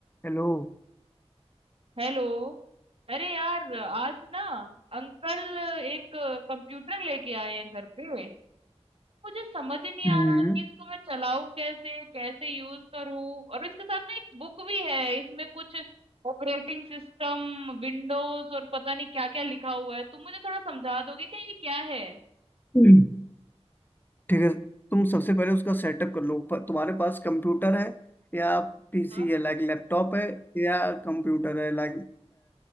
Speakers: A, on the left (about 15°); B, on the right (about 60°).
A: Hello
B: हेलो अरे यार आज ना अंकल एक कंप्यूटर लेके आए हैं घर पे मुझे समझ ही नहीं
A: हम्म
B: आ रहा कि इसको मैं चलाऊं कैसे कैसे यूज करूं और इसके साथ ना एक बुक भी है इसमें कुछ ऑपरेटिंग सिस्टम विंडोज और पता नहीं क्या क्या लिखा हुआ है तुम मुझे थोड़ा समझा दोगे क्या ये क्या है
A: हम्म। ठीक है तुम सबसे पहले उसका सेटअप कर लो प- तुम्हारे पास कंप्यूटर है या पीसी
B: हाँ
A: है लाइक लैपटॉप है या कंप्यूटर है लाइक